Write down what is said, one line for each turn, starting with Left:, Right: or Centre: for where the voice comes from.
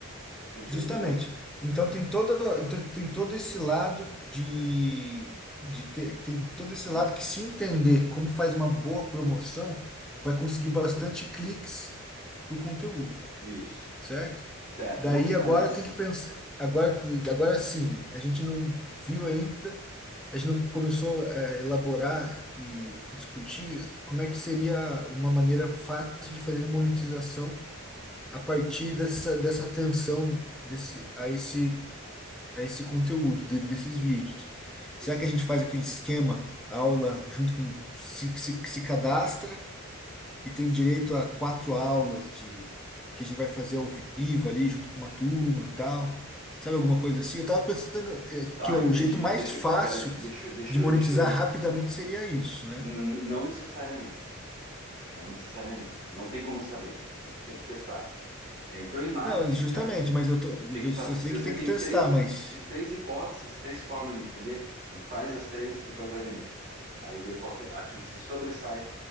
Right: entendeu?
Centre: justamente. Então tem todo, tem, tem todo esse lado de, de ter, tem todo esse
Right: De-
Centre: lado que se entender como faz uma boa promoção, vai conseguir bastante cliques pro conteúdo.
Right: isso.
Centre: certo?
Right: Certo.
Centre: Daí
Right: Um dos canais,
Centre: agora tem que pensar, agora, te- agora sim, a gente não viu ainda, a gente não começou é, a elaborar e discutir como é que seria uma maneira fácil de fazer monetização a partir dessa, dessa atenção desse, a esse, a esse conteúdo, de- desses vídeos.
Right: esse,
Centre: Será que a gente faz aquele esquema, aula, junto com, se, se, se cadastra, e tem direito a quatro aulas de que a gente vai fazer ao vivo ali, junto com uma turma e tal. Sabe alguma coisa assim? Eu tava pensando eh,
Right: tá,
Centre: que o
Right: entendi.
Centre: jeito mais
Right: Deixa,
Centre: fácil
Right: eu- pera, aí, deixa, eu- deixa,
Centre: de
Right: eu-
Centre: monetizar
Right: deixa, eu-
Centre: rapidamente seria isso, né?
Right: n- n- não necessariamente, não necessariamente. Não tem como saber. Tem que testar. É, entrou em marketing,
Centre: Não, justamente,
Right: cara.
Centre: mas eu, tô, eu,
Right: Tem que
Centre: eu
Right: fazer.
Centre: sei
Right: Se você
Centre: que tem
Right: tem
Centre: que testar,
Right: três, hip-
Centre: mas
Right: tem três hipóteses, três formas de vender, faz as três e põe para vender. Aí vê qual que, a que se sobressai,